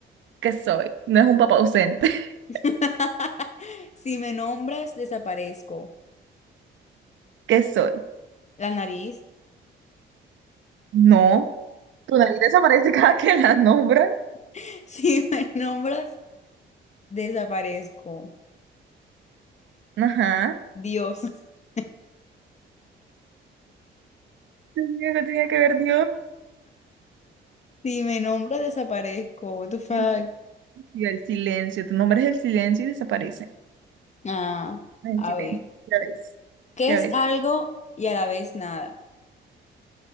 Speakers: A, on the right (about 70°); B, on the left (about 35°).
A: ¿Qué soy? No es un papá ausente. <laughs>
B: <laughs> Si me nombras, desaparezco.
A: ¿Qué soy?
B: La nariz.
A: No. Tu nariz desaparece <laughs> cada que la nombras?
B: <laughs> Si me nombras, desaparezco.
A: Ajá.
B: Dios, <laughs>
A: Dios mío, ¿qué tenía que ver Dios?
B: si me nombra desaparezco. What the fuck?
A: El, sí, el silencio, tú nombras el silencio y desaparece.
B: Ah,
A: Ah, El
B: a
A: silencio,
B: ver.
A: ya ves,
B: ¿Qué
A: ya
B: es
A: ves.
B: algo y a la vez nada?